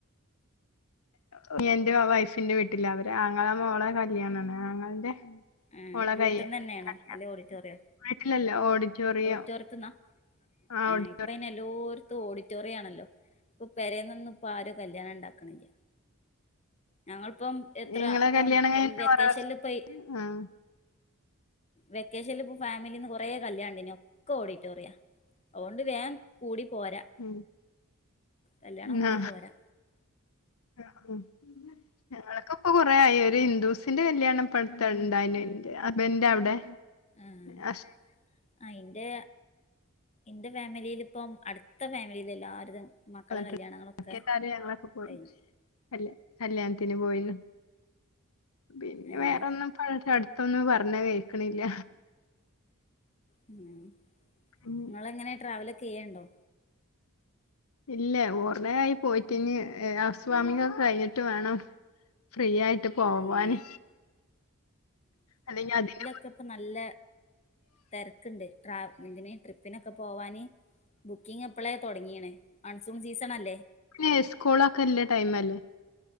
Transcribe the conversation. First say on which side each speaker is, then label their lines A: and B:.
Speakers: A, on the left; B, on the left.
A: അനിയന്റെ വൈഫിന്റെ വീട്ടിലാ. അവര് ആങ്ങള മോളെ കല്യാണാണ് ആങ്ങൾന്റെ
B: ഏ
A: മോളെ
B: വീട്ടിൽ
A: കയ്യാ
B: നിന്ന് തന്നെയാണോ
A: കല്യാണം.
B: അല്ലെ ഓഡിറ്റോറിയോ
A: വീട്ടിലല്ലാ ഓഡിറ്റോറിയം
B: ഓഡിറ്റോറിയത്തിൽ നിന്നാ
A: ആഹ്
B: ഏഹ്
A: ഓടി
B: ഇപ്പ അയ്നെല്ലോര്ത്തും ഓഡിറ്റോറിയാണല്ലോ. ഇപ്പ പെരേന്നൊന്നു പ്പാരും കല്യാണം ഇണ്ടാക്ണില്ല. ഞങ്ങൾ പ്പം എത്ര
A: ഇങ്ങളെ
B: ഇപ്പം
A: കല്യാണം കഴിഞ്ഞിട്ട്
B: വെക്കേഷൻല്
A: കൊറേ വർഷം
B: പ്പ യീ
A: ആഹ്
B: വെക്കേഷൻല് ഇപ്പൊ ഫാമിലീന്ന് കൊറേ കല്യാണണ്ടേനി. ഒക്കെ ഓഡിറ്റോറിയാ. അഹോണ്ട് വേം കൂടി പോരാ.
A: ഉം
B: കല്യാണം
A: നാ
B: കൂടി പോരാ
A: ആഹ് ഞങ്ങളൊക്ക ഇപ്പൊ കൊറേ ആയി. ഒരു ഹിന്ദൂസിന്റെ കല്യാണപ്പട്ത്ണ്ടായ്നി അബന്റെവ്ടെ
B: ആഹ്
A: ഹസ്
B: ആഹ് ഇന്റെ, ഇന്റെ ഫാമിലീല് പ്പം അടുത്ത ഫാമിലീലെ എല്ലാര്തും മക്കളെ
A: <unintelligible>
B: കല്യാണങ്ങളൊക്കെ
A: ബാക്കിയെല്ലാരും ഞങ്ങളൊക്കെ പോയി.
B: കഴിഞ്ഞു
A: കല്യാ കല്യാൺത്തിന് പോയീന്നു. പിന്നെ
B: ഏഹ്
A: വേറൊന്നും ഇപ്പ <unintelligible> അട്ത്തൊന്നും പർണെ കേക്ണില്ല.
B: അങ്ങനെ.
A: ഉം
B: ഇങ്ങളെങ്ങനെ ട്രാവലൊക്കെ ചെയ്യേണ്ടോ?
A: ഇല്ല. ഓർണെ ആയി പോയിട്ട് ഇഞ് ഔസ്വാമിങ്ങൊക്കെ കഴിഞ്ഞിട്ട് വേണം. ഫ്രീ ആയിട്ട് പോവാന്.
B: ആഹ്
A: അല്ലെങ്കി അതിനും
B: ക്കെ പ്പ നല്ല തെരക്ക്ണ്ട് ട്രാ ഇതിന് ട്രിപ്പിനൊക്കെ പോവാന് ബുക്കിംഗ് ഇപ്പളേ തൊട്ങ്ങീണ്. മൺസൂൺ സീസണല്ലേ.
A: ഏയ് സ്കൂളൊക്കല്ലേ ടൈമ ല്ലേ